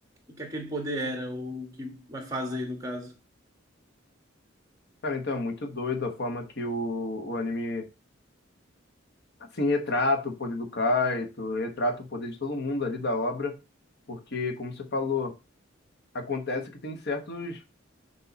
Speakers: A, on the right; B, on the left.
A: e que aquele poder era, ou o que vai fazer, no caso.
B: Cara, então é muito doido a forma que o, o anime, assim, retrata o poder do Kaito, retrata o poder de todo mundo ali da obra, porque, como você falou, acontece que tem certos